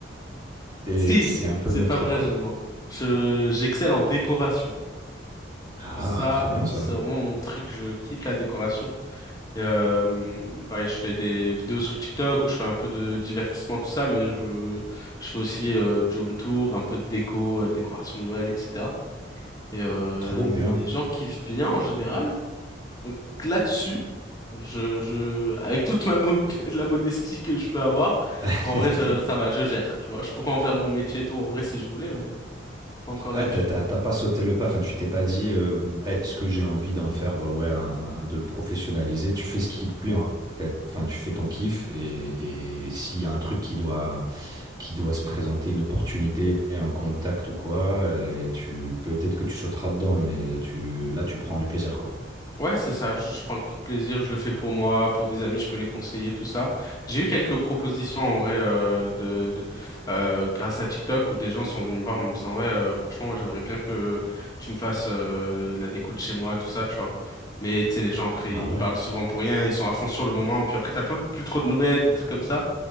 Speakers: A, on the right (about 20°); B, on the left (about 20°).
A: Et
B: Si,
A: c'est un peu
B: c'est
A: notre,
B: pas vrai,
A: quoi.
B: je mens. Je, j'excelle en décoration.
A: Ah,
B: Ça,
A: très bien ça.
B: c'est vraiment mon truc. Je kiffe la décoration. Et, euh, pareil, je fais des vidéos sur TikTok où je fais un peu de divertissement, tout ça, mais je, je fais aussi euh, du home tour, un peu de déco, euh, décoration de Noël, etc. Et euh,
A: Trop
B: les
A: bien.
B: gens kiffent bien en général. Donc là-dessus, je, je, avec toute ma mo- <laughs> la modestie que je peux avoir,
A: <laughs>
B: en vrai, je, ça va, je gère. Tu vois, je pourrais en faire mon métier et tout en vrai si je voulais, pas encore
A: Ouais,
B: d'actualité.
A: t'as t'as- t'as pas sauté le pas, enfin, tu t'es pas dit euh, est-ce que j'ai envie d'en faire, euh, ouais, un- de le professionnaliser. Tu fais ce qui te plaît en fait. Enfin, tu fais ton kiff et, et s'il y a un truc qui doit, qui doit se présenter, une opportunité, un contact ou quoi, et tu peut-être que tu sauteras dedans, mais tu là tu prends du plaisir quoi.
B: Ouais, c'est ça, juste je prends le plaisir, je le fais pour moi, pour des amis, je peux les conseiller, tout ça. J'ai eu quelques propositions en vrai euh, de, de euh, grâce à TikTok où des gens sont venus me voir en me disant ouais, euh, franchement, moi j'aimerais bien que tu me fasses euh, la déco de chez moi, tout ça, tu vois. Mais tu sais, les gens après
A: Ah
B: ils
A: ouais.
B: parlent souvent pour rien, ils sont à fond sur le moment, puis après t'as plus, plus trop de nouvelles, des trucs comme ça.